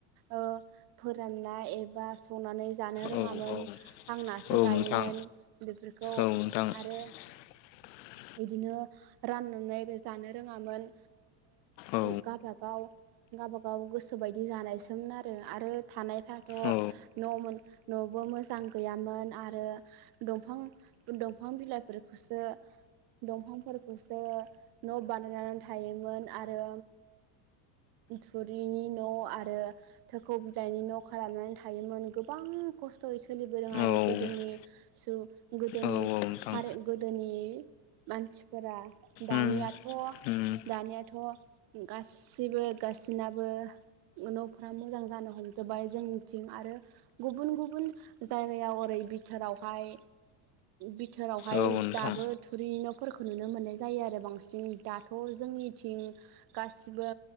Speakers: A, on the right; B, on the left.
A: ओ फोरानना एबा सनानै जानो रोङामोन
B: औ औ
A: हांनासो
B: औ
A: जायोमोन
B: नोंथां
A: बेफोरखौ
B: औ नोंथां
A: आरो
B: <unintelligible>
A: बिदिनो राननानै आरो जानो रोङामोन
B: औ
A: गाबा गाव गाबागाव गोसो बायदि जानायसोमोन आरो आरो थानायफाथ'
B: औ
A: न'मोन न'बो मोजां गैयामोन आरो दंफां दंफां बिलाइफोरखौसो दंफांफोरखौसो न' बानायनानै थायोमोन आरो थुरिनि न' आरो थोखौ बिदाइनि न' खालामनानै थायोमोन गोबां खस्थ'यै सोलिबोदों आरो
B: औ
A: गोदोनि सु गोदोनि
B: औ नोंथां
A: हारि गोदोनि मानसिफोरा दानियाथ'
B: उम उम
A: दानियाथ' गाससिबो गाससिनाबो न'फोरा मोजां जानो हमजोबबाय जोंनिथिं आरो गुबुन गुबुन जायगायाव ओरै बिथोरावहाय बि थोरावहाय
B: औ नोंथां
A: दाबो थुरि न'फोरखौ नुनो मोननाय जायो आरो बांसिन दाथ' जोंनिथिं गासिबो